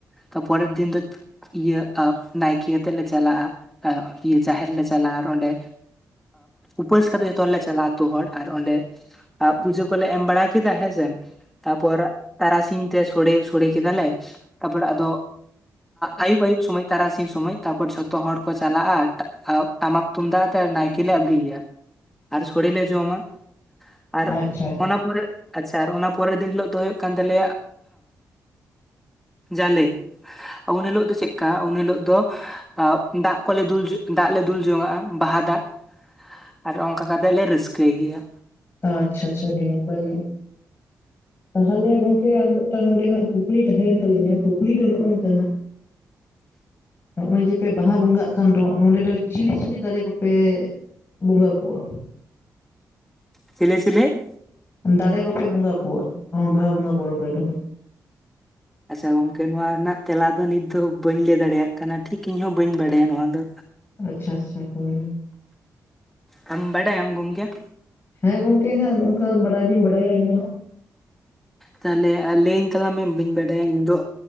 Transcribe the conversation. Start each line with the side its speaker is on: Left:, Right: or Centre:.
Centre: ᱛᱟᱨᱯᱚᱨᱮᱨ ᱫᱤᱱ ᱫᱚ ᱤᱭᱟᱹ ᱮ ᱱᱟᱭᱠᱮ ᱟᱛᱮᱜ ᱞᱮ ᱪᱟᱞᱟᱜᱼᱟ, ᱤᱭᱟᱹ ᱡᱟᱦᱮᱨ ᱞᱮ ᱪᱟᱞᱟᱜᱼᱟ, ᱟᱨ ᱚᱸᱰᱮ ᱩᱯᱟᱹᱥ ᱠᱟᱛᱮ ᱡᱷᱚᱛᱚ ᱦᱚᱲᱞᱮ ᱪᱟᱞᱟᱜᱼᱟ, ᱟᱹᱛᱳ ᱦᱚᱲ ᱟᱨ ᱚᱸᱰᱮ ᱟᱜ ᱯᱩᱡᱟᱹ ᱠᱚᱞᱮ ᱮᱢ ᱵᱟᱲᱟ ᱠᱮᱫᱟ ᱦᱮᱸᱥᱮ᱾ ᱛᱟᱯᱚᱨ ᱛᱟᱨᱟᱥᱤᱧ ᱛᱮ ᱥᱚᱲᱮ ᱥᱚᱲᱮ ᱠᱮᱫᱟᱞᱮ ᱛᱟᱯᱚᱲ ᱟᱫᱚ ᱟᱭᱩᱵ ᱟᱭᱩᱵ ᱥᱚᱢᱚᱭ ᱛᱟᱨᱟᱥᱤᱧ ᱥᱚᱢᱚᱭ ᱛᱟᱯᱚᱨ ᱡᱷᱚᱛᱚ ᱦᱚᱲ ᱠᱚ ᱪᱟᱞᱟᱜᱼᱟ᱾ ᱴᱟᱢᱟᱠ ᱛᱩᱢᱫᱟᱜ ᱟᱛᱮ ᱱᱟᱭᱠᱮ ᱞᱮ ᱟᱹᱜᱩᱭᱮᱭᱟ, ᱟᱨ ᱥᱚᱲᱮ ᱞᱮ ᱡᱚᱢᱟ᱾ ᱟᱨ
Left: ᱟᱪᱪᱷᱟ ᱟᱪᱪᱷᱟ
Centre: ᱚᱱᱟ ᱯᱚᱨᱮ ᱟᱪᱪᱷᱟ ᱚᱱᱟ ᱯᱚᱨᱮᱨ ᱫᱤᱱ ᱦᱤᱞᱳᱜ ᱫᱚ ᱦᱩᱭᱩᱜ ᱠᱟᱱ ᱛᱟᱞᱮᱭᱟ ᱡᱟᱞᱮ᱾ ᱩᱱ ᱦᱤᱞᱳᱜ ᱫᱚ ᱪᱮᱫᱠᱟ ᱩᱱ ᱦᱤᱞᱳᱜ ᱫᱚ ᱫᱟᱜ ᱠᱚᱞᱮ ᱫᱩᱞ ᱡᱚᱝ ᱫᱟᱜ ᱞᱮ ᱫᱩᱞ ᱡᱚᱝᱟᱜ-ᱟ, ᱵᱟᱦᱟ ᱫᱟᱜ᱾ ᱟᱨ ᱚᱱᱠᱟ ᱠᱟᱛᱮ ᱞᱮ ᱨᱟᱹᱥᱠᱟᱹᱭ ᱜᱮᱭᱟ᱾
Left: ᱟᱪᱪᱷᱟ ᱟᱪᱪᱷᱟ ᱟᱹᱰᱤ ᱱᱟᱯᱟᱭ ᱜᱮ᱾ ᱛᱟᱦᱚᱞᱮ ᱜᱚᱝᱠᱮ ᱟᱨ ᱢᱤᱫᱴᱟᱝ ᱚᱸᱰᱮ ᱦᱟᱸᱜ ᱠᱩᱠᱞᱤ ᱛᱟᱸᱦᱮᱭᱮᱱ ᱛᱟᱞᱤᱧᱟ ᱠᱩᱠᱞᱤ ᱫᱚ ᱱᱚᱜᱼᱚ ᱱᱚᱝᱠᱟ ᱦᱟᱸᱜ
Centre: <inaudible>
Left: ᱦᱚᱸᱜᱼᱚᱭ ᱡᱮ ᱯᱮ ᱵᱟᱦᱟ ᱵᱚᱸᱜᱟᱜ ᱠᱟᱱ ᱫᱚ ᱱᱚᱰᱮ ᱫᱚ ᱪᱤᱞᱤ ᱪᱤᱞᱤ ᱫᱟᱬᱮ ᱠᱚᱯᱮ ᱵᱚᱸᱜᱟ ᱠᱚᱣᱟ?
Centre: ᱪᱮᱞᱮ ᱪᱮᱞᱮ?
Left: ᱫᱟᱬᱮ ᱠᱚᱯᱮ ᱵᱚᱸᱜᱟ ᱠᱚᱣᱟ ᱵᱟᱦᱟ ᱵᱚᱸᱜᱟ ᱯᱚᱨᱚᱵᱽ ᱨᱮᱫᱚ᱾
Centre: ᱟᱪᱪᱷᱟ ᱜᱚᱝᱠᱮ ᱱᱚᱣᱟ ᱨᱮᱱᱟᱜ ᱛᱮᱞᱟ ᱫᱚ ᱱᱤᱛ ᱫᱚ ᱵᱟᱹᱧ ᱞᱟᱹᱭ ᱫᱟᱲᱮᱭᱟᱜ ᱠᱟᱱᱟ, ᱴᱷᱤᱠ ᱤᱧ ᱦᱚᱸ ᱵᱟᱹᱧ ᱵᱟᱲᱟᱭᱟ ᱱᱚᱣᱟ ᱫᱚ᱾
Left: ᱟᱪᱪᱷᱟ ᱟᱪᱪᱷᱟ, ᱦᱳᱭ᱾
Centre: ᱟᱢ ᱵᱟᱲᱟᱭᱟᱢ ᱜᱚᱢᱠᱮ?
Left: ᱦᱮᱸ ᱜᱚᱝᱠᱮ ᱦᱟᱸᱜ ᱱᱚᱜᱼᱚ ᱱᱚᱝᱠᱟ ᱵᱟᱰᱟᱭ ᱫᱩᱧ ᱵᱟᱰᱟᱭᱟ ᱤᱧ ᱦᱚᱸ᱾
Centre: ᱛᱟᱦᱚᱞᱮ ᱞᱟᱹᱭᱟᱹᱧ ᱛᱟᱞᱟᱝ ᱢᱮ ᱵᱟᱹᱧ ᱵᱟᱰᱟᱭᱟ ᱤᱧ ᱫᱚ᱾